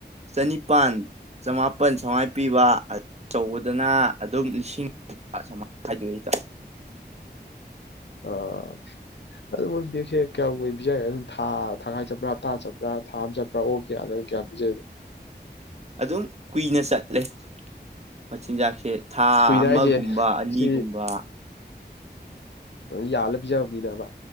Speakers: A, on the right; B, on the left.
A: ꯆꯅꯤꯄꯥꯟ ꯆꯃꯥꯄꯟ ꯁꯨꯃꯥꯢ ꯄꯤꯕ ꯑꯆꯧꯕꯗꯅ ꯑꯗꯨꯝ ꯂꯤꯁꯤꯡ ꯑ ꯃ ꯍꯥꯏꯥꯏꯗ
B: ꯑꯣ ꯑꯗꯨ ꯃꯣꯏ ꯕꯦꯛꯁꯦ ꯀꯌꯥꯝꯏ ꯑꯣꯏꯅ ꯄꯤꯖꯒꯦ ꯑꯗꯨꯝ ꯊꯒꯥꯏ ꯆꯠꯄ꯭ꯔꯥ ꯍꯞꯇꯥ ꯆꯠꯄ꯭ꯔꯥ ꯊꯥ ꯑꯃ ꯆꯠꯄ꯭ꯔ ꯄꯥ ꯑꯣ ꯀꯌꯥꯗꯪ ꯀꯌꯥ ꯄꯤꯖꯒꯦ
A: ꯑꯗꯨꯝ ꯀꯨꯏꯅ ꯆꯠꯂꯦ ꯃꯆꯤꯟꯖꯥꯛꯁꯦ ꯊꯥ
B: ꯀꯨꯏꯅ
A: ꯑꯃꯒꯨꯝꯕ
B: ꯍꯥꯏꯁꯦ
A: ꯑꯅꯤꯒꯨꯝꯕ
B: ꯁꯤ ꯌꯥꯜꯂ ꯄꯤꯖꯕꯅꯤꯗ ꯑꯃ